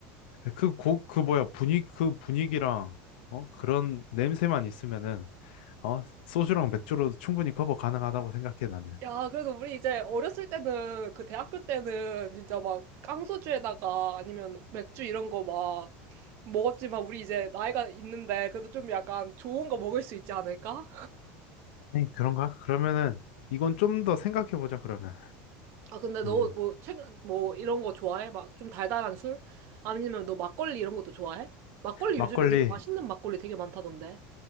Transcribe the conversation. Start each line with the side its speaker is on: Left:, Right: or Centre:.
Left: 그 곡, 그 뭐야, 분위기, 그 분위기랑, 어? 그런 냄새만 있으면은, 어? 소주랑 맥주로도 충분히 커버 가능하다고 생각해, 나는.
Right: 야, 그래서 우리 이제 어렸을 때는, 그 대학교 때는 진짜 막 깡소주에다가 아니면 맥주 이런 거 막 먹었지만 우리 이제 나이가 있는데 그래도 좀 약간 좋은 거 먹을 수 있지 않을까?
Left: 아니, 그런가? 그러면은, 이건 좀 더 생각해보자, 그러면.
Right: 아, 근데 너
Left: 음,
Right: 음. 뭐 최근 뭐 이런 거 좋아해? 막 좀 달달한 술? 아니면 너 막걸리 이런 것도 좋아해? 막걸리
Left: 막걸리.
Right: 요즘에 되게 맛있는 막걸리 되게 많다던데.